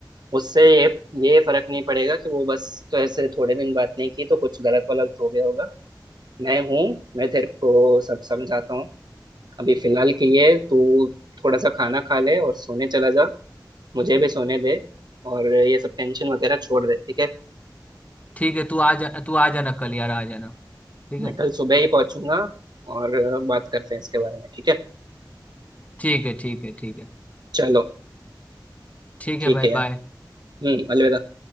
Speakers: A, on the right (about 65°); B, on the left (about 20°).
A: उससे ये ये फर्क नहीं पड़ेगा कि वो बस तो ऐसे थोड़े दिन बात नहीं की तो कुछ गलत वलत हो गया होगा मैं हूँ मैं तेरे को सब समझाता हूँ अभी फिलहाल के लिए तू थोड़ा सा खाना खा ले और सोने चला जा मुझे भी सोने दे और ये सब टेंशन वगैरह छोड़ दे ठीक है
B: ठीक है तू आ जा तू आ जाना कल यार आ जाना ठीक
A: मैं
B: है
A: कल सुबह ही पहुंचूंगा और बात करते हैं इसके बारे में ठीक है
B: ठीक है ठीक है ठीक है
A: चलो
B: ठीक
A: ठीक
B: है भाई
A: है यार
B: बाय
A: हम्म अलविदा